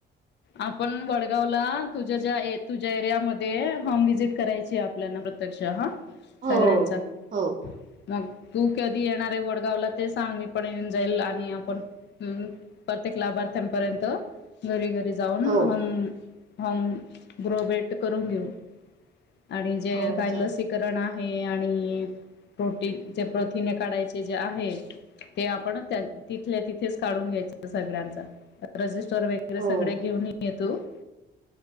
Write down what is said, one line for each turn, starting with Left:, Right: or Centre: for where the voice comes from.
Left: आपण वडगावला तुझ्या ज्या ऐ तुझ्या एरियामध्ये, होम विजिट करायची आपल्याला प्रत्यक्ष हा.
Right: हो
Left: सगळ्यांचा
Right: हो
Left: मग तू कधी येणार आहे वडगावला ते सांग, मी पण येऊन जाईल आणि आपण हम प्रत्येक लाभार्थ्यांपर्यंत घरी-घरी. जाऊन
Right: हो
Left: अन हम ग्रोवेेट करून घऊ. आणि जे
Right: हो
Left: काय
Right: चालेल
Left: लसीकरण हय आणि कोटीचे प्रथीने काढायचे जे आहे, ते आपण त्या तिथले तिथेच काढून घ्यायच सगळ्यांच रजिस्टर व
Right: हो
Left: घेऊन ये तो <inaudible>